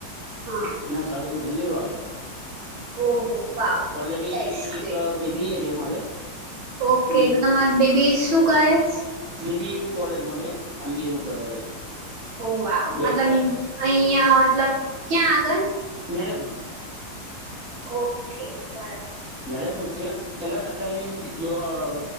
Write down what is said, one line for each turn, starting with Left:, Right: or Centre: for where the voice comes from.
Right: હા
Centre: ના સાંજે મને લેવા આવે.
Right: ઓહો વાવ
Centre: ઓલરેડી
Right: ધેટ્સ ગ્રેટ.
Centre: એક બેબીએ છે મારે.
Right: ઓકે
Centre: એ
Right: તો તમારી બેબી શું કરે છે?
Centre: બેબી કોલેજમાં છે. એમબીએનું કરે છે.
Right: ઓહ વાહ!
Centre: બેચલર
Right: મતલબ અહીંયા મતલબ ક્યાં આગળ?
Centre: નડ્યાદ બન.
Right: ઓકે બરાબર.
Centre: નડિયાદમાં જ છે. એટલે અતારે જોબ